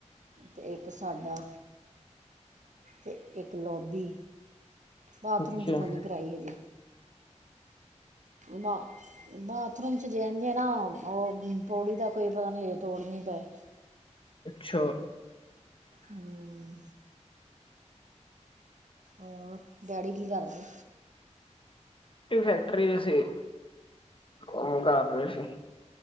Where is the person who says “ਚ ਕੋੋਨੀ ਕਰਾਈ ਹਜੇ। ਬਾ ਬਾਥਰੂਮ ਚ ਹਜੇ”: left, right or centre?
Right